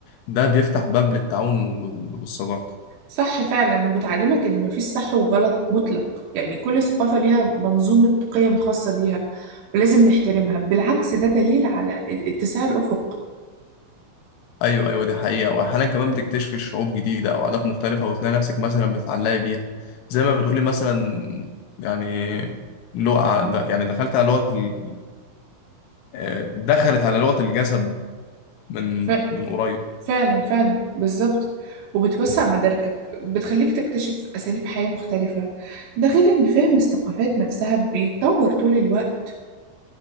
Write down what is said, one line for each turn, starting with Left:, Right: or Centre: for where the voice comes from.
Left: ده بيفتح باب للتعاون وال- والصداقه
Right: صح فعلا وبتعلمك ان مفيش صح وغلط مطلق يعني كل ثقافة ليها منظومة قيم خاصة بيها ولازم نحترمها بالعكس ده دليل على اتساع الأفق
Left: ايوه ايوه دي حقيقه واحيانا كمان بتكتشفي شعوب جديده او عادات مختلفه وتلاقي نفسك مثلا بتتعلقي بيها زي ما بتقولي مثلا يعني لغه يعني دخلت على لغه ال- آه، دخلت على لغه الجسد من
Right: ف...
Left: من قريب
Right: فعلا فعلا بالظبط وبتوسع مداركك بتخليك تكتشف أساليب حياة مختلفة ده غير ان فهم الثقافات نفسها بيتطور طول الوقت